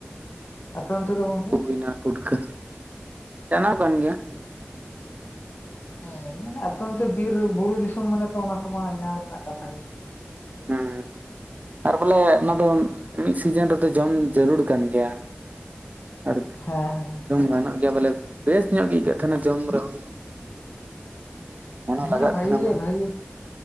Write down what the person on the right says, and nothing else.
ᱩᱫ ᱦᱩᱭᱱᱟ ᱯᱩᱴᱠᱟᱹ <inaudible> ᱡᱟᱱᱟᱢᱚᱜ ᱠᱟᱱ ᱜᱮᱭᱟ᱾
ᱦᱮᱸ᱾ ᱟᱨ ᱵᱚᱞᱮ ᱚᱱᱟ ᱫᱚ ᱢᱤᱫ ᱥᱤᱡᱤᱱ ᱨᱮᱫᱚ ᱡᱚᱢ ᱡᱟᱹᱨᱩᱲ ᱠᱟᱱ ᱜᱮᱭᱟ᱾ ᱟᱨ
<inaudible>
ᱡᱚᱢ ᱜᱟᱱᱚᱜ ᱜᱮᱭᱟ ᱵᱚᱞᱮ ᱵᱮᱥ ᱧᱚᱜ ᱜᱮ ᱟᱹᱭᱠᱟᱹᱜ ᱛᱟᱦᱮᱱᱟ ᱡᱚᱢ ᱨᱮᱦᱚᱸ᱾ ᱢᱚᱱᱮ
ᱞᱟᱜᱟᱜ
ᱛᱟᱦᱮᱱᱟ
ᱵᱚᱱ